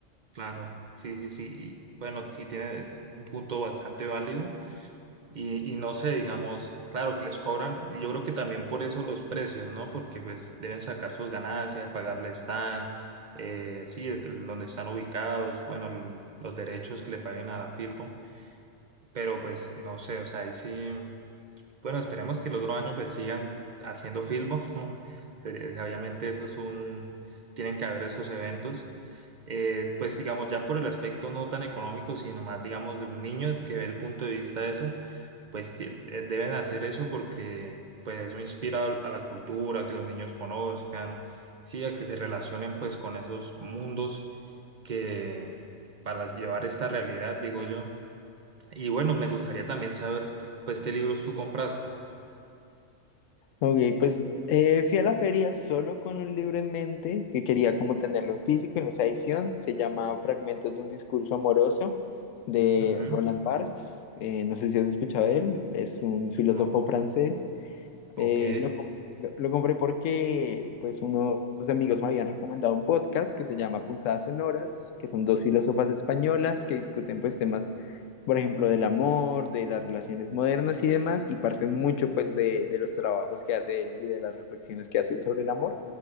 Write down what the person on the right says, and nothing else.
claro, sí, sí, sí. y bueno, sí tiene un punto bastante válido y, y no sé, digamos, claro que les cobran, y yo creo que también por eso los precios, ¿no? Porque pues deben sacar sus ganancias, pagarle stand, eh, sí, el- el- donde están ubicados, bueno, l- los derechos que le paguen a la Filpo, pero pues no sé, o sea, ahí sí. Bueno, esperemos que el otro año pues sigan haciendo filmos, <laughs> Sería- Obviamente eso es un, tienen que haber esos eventos. Eh, pues digamos, ya por el aspecto no tan económico, sino más digamos de un niño que ve el punto de vista de eso, pues eh, eh, deben hacer eso porque pues eso inspira a la cultura, que los niños conozcan, sí, a que se relacionen pues con esos mundos que para llevar esta realidad, digo yo. Y bueno, me gustaría también saber pues qué libros tú compraste.
Ujú,
no,
ok,